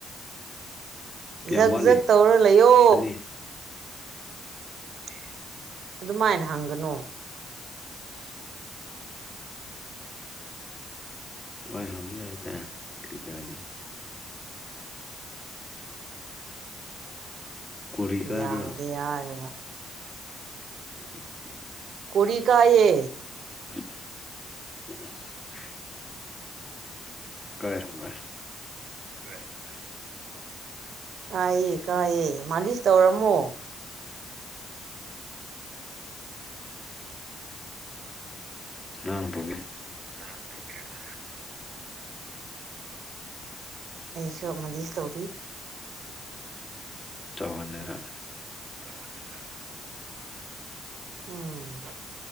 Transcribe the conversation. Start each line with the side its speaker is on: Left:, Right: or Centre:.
Left: ꯀꯌꯥꯝ
Right: ꯖꯛ
Left: ꯋꯥꯠꯂꯤ
Right: ꯖꯛ ꯇꯧꯔ ꯂꯩꯌꯣ
Left: ꯑꯅꯤ
Right: ꯑꯇꯦ ꯑꯗꯨꯃꯥꯢꯅ ꯍꯪꯒꯅꯣ
Left: <inaudible> ꯑꯗꯨꯃꯥꯢ ꯍꯪꯕ ꯌꯥꯢꯗ ꯀꯔꯤ ꯀꯥꯢꯕ꯭ꯔ ꯀꯣꯔꯤ ꯀꯥꯏꯕ꯭ꯔꯣ
Right: ꯌꯥꯗꯦ ꯍꯥꯢꯔꯒ
Left: <unintelligible>
Right: ꯀꯣꯔꯤ ꯀꯥꯌꯦ
Left: <unintelligible> ꯀꯥꯏꯔꯝꯂꯣꯏ
Right: ꯐꯔꯦ ꯐꯔꯦ ꯀꯥꯏꯌꯦ ꯀꯥꯏꯌꯦ ꯃꯥꯂꯤꯁ ꯇꯧꯔꯝꯃꯣ
Left: <unintelligible> ꯇꯧꯕꯤ
Right: ꯅꯪꯅ ꯇꯧꯕꯤꯕꯗꯣ ꯑꯩꯁꯨ ꯃꯥꯂꯤꯁ ꯇꯧꯔꯤ
Left: <unintelligible> ꯍꯜꯂꯒ
Right: ꯇꯧꯍꯜꯂꯒ ꯎꯝ